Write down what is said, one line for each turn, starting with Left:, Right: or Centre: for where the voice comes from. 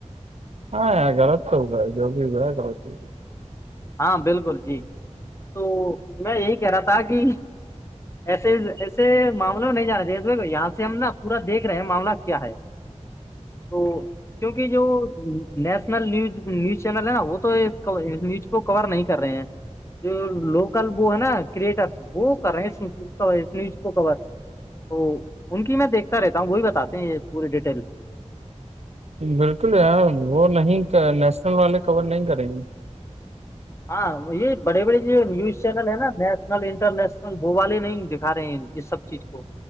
Right: ہاں غط تو ہو گا ہے جو بھی ہو ہے لط چ ہے
Left: ہاں بالکل جی تو میں یہی کہہ رہا تھا کہ ایسے ایسے معاملے میں نہیں جا رہے بھائی یہاں سے ہم نا پورا دیکھ رہے ہیں معاملہ کیا ہے تو کیونکہ جو نیشنل نیوز نیوز چینل ہے نا وہ تو اس نیوز کو کور نہیں کر رہے ہیں جو لوکل وہ ہے نا کریٹرس وہ کر رہے ہیں اس اس نیوز کو کور تو ان کی میں دیکھتا رہتا ہوں وہی بتاتے ہیں پوری ڈیٹیلس
Right: بالکل یار وہ نہیں نیشنل والے کور نہیں کریں گے
Left: ہاں یہ بڑے بڑے جو نیوز چینل ہے نا نیشنل انٹرنیشنل وہ والے نہیں دکھا رہے ہیں یہ سب ٹھک ہو